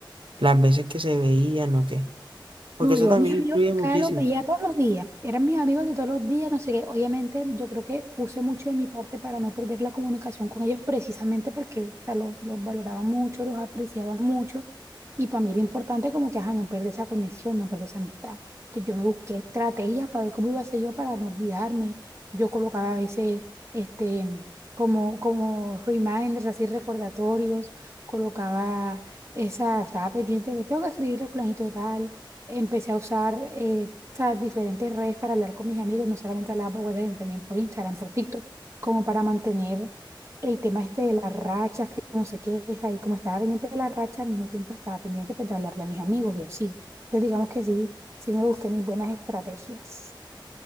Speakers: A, on the right; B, on the right.
A: las veces que se veían o qué. Porque
B: No,
A: eso
B: yo
A: también
B: a mis amigos
A: influye
B: de
A: muchísimo.
B: acá los veía todos los días, eran mis amigos de todos los días, no sé qué. Obviamente, yo creo que puse mucho de mi parte para no perder la comunicación con ellos, precisamente porque o sea, los, los valoraba mucho, los apreciaba mucho. Y para mí era importante como que, ajá, no perder esa conexión, no perder esa amistad. Entonces yo me busqué estrategias para ver cómo iba a ser yo para no olvidarme. Yo colocaba a veces, este, como, como reminders, así recordatorios, colocaba esa, estaba pendiente de que tengo que escribirle a fulanito de tal empecé a usar eh, o diferentes redes para hablar con mis amigos, no solamente hablaba por WhatsApp, sino también por Instagram, por TikTok, como para mantener el tema este de las rachas, que no sé qué es ahí, como estaba pendiente de las rachas, al mismo tiempo estaba pendiente pues, de hablarle a mis amigos y así. Entonces digamos que sí, sí me busqué mis buenas estrategias.